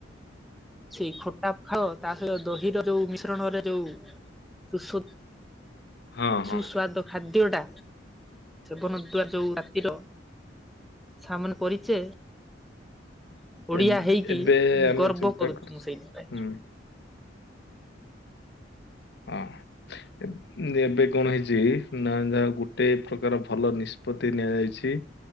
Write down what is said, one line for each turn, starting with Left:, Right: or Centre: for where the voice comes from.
Centre: ସେଇ ଖଟା ଖାଅ ତା ସହିତ ଦହିର ଯୋଉ ମିଶ୍ରଣରେ ଯୋଉ ସୁ
Left: ହଁ
Centre: ସୁସ୍ୱାଦ
Left: ହଁ।
Centre: ଖାଦ୍ୟଟା ସେବନ ଦୁଆର ଯୋଉ ରାତିର ସାମନ କରିଛେ ଓଡ଼ିଆ
Left: ଏବ୍
Centre: ହେଇକି
Left: ଏବେ ଆମେ
Centre: ଗର୍ବ
Left: ଚିନ୍ତା
Centre: କରୁଛି
Left: କରୁଛୁ
Centre: ମୁଁ ସେଇଥିପାଇଁ।
Left: ହୁଁ ହଁ। ଏବେ କଣ ହେଇଛି ନା ଯାହା ଗୋଟେ ପ୍ରକାର ଭଲ ନିଷ୍ପତି ନିଆଯାଇଛି।